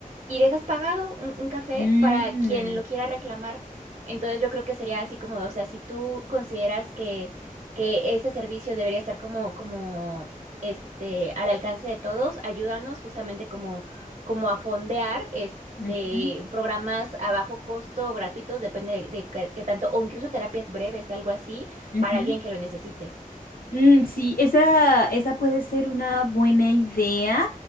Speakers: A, on the right; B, on the left.
A: y dejas pagado un, un café
B: ujú,
A: para
B: mm,
A: quien lo quiera reclamar. Entonces yo creo que sería así como, o sea, si tú consideras que, que este servicio debería estar como, como, este, al alcance de todos, ayúdanos justamente como a fondear este,
B: ujú,
A: programas a bajo costo o gratuitos, depende de, de qué qué tanto, o incluso terapias breves, algo así,
B: ujú,
A: para alguien que lo necesite.
B: Mm, sí, esa, esa puede ser una buena idea.